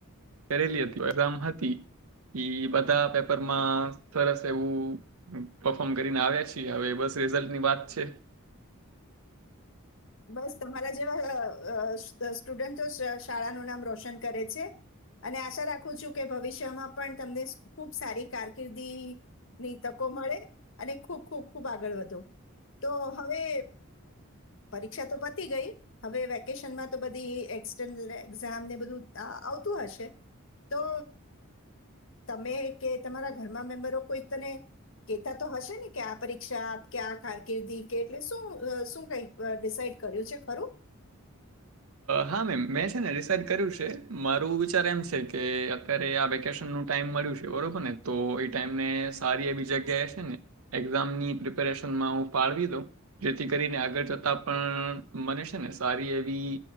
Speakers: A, on the right (about 80°); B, on the left (about 65°).
A: કરેલી હતી એક્ઝામ હતી એ બધા પેપરમાં સરસ એવું પફોર્મ કરીને આવ્યા છીએ હવે બસ રિઝલ્ટની વાત છે.
B: બસ તમારા જેવા સ્ટુડન્ટ તો શાળાનું નામ રોશન કરે છે અને આશા રાખું છું કે ભવિષ્યમાં પણ તમને ખૂબ સારી કારકિર્દીની તકો મળે અને ખૂબ ખૂબ ખૂબ આગળ વધો તો હવે પરીક્ષા તો પતી ગઈ હવે વેકેશનમાં તો બધી એક્સર્નલ એક્ઝામને બધું આવતું હશે તો તમે કે તમારા ઘરમાં મેમ્બરો કોઈ તને કહેતા તો હશે ને કે આ પરીક્ષા કે આ કારકિર્દી કે એટલે શું શું કઈક ડિસાઈડ કર્યું છે ખરું.
A: હા મેમ મેં છે ને ડિસઇડ કર્યું છે મારું વિચાર એમ છે કે અત્યારે આ વેકેશનનું ટાઈમ મળ્યું છે બરોબર ને તો એ ટાઈમને સારી એવી જગ્યાએ છે ને એક્ઝામની પ્રિપેરેશનમાં હું ફળવી દઉં જેથી કરીને આગળ જતા પણ મને છે ને સારી એવી